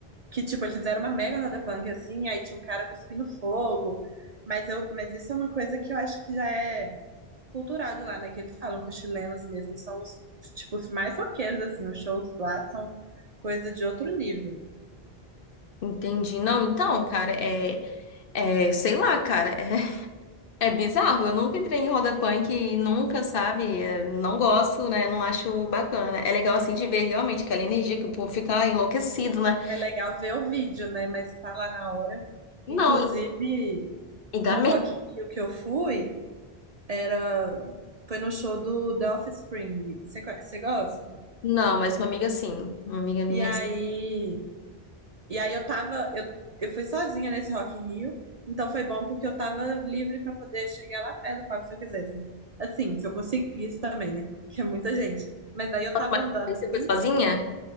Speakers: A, on the right; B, on the left.
A: que, tipo, eles fizeram uma mega roda punk, assim, aí tinha um cara cuspindo fogo, mas eu, mas isso é uma coisa que eu acho que já é cultural de lá, né, que eles falam que os chilenos mesmo são os, tipo, os mais roqueiros, assim, os shows lá são coisa de outro nível.
B: entendi. Não, então, cara, é, é, sei lá, cara, é, <laughs> é bizarro. Eu nunca entrei em roda punk e nunca, sabe? é, Não gosto, né? Não acho bacana. É legal, assim, de ver realmente aquela energia que o povo fica enlouquecido, né?
A: É legal ver o vídeo, né? Mas tá lá na hora.
B: Não,
A: Inclusive,
B: e e
A: no
B: dá medo.
A: Rock in Rio que eu fui, era foi no show do The Offspring. Você conhe- você gosta?
B: Não, mas uma amiga sim. Uma amiga minha.
A: E aí,
B: Nossa,
A: e aí eu tava, eu, eu fui sozinha nesse Rock in Rio, então foi bom porque eu tava livre pra poder chegar lá perto do palco se eu quisesse. Assim, se eu conseguisse também, né? Que é muita gente. Mas aí eu tava
B: Mas
A: andando
B: aí
A: assim,
B: você foi sozinha?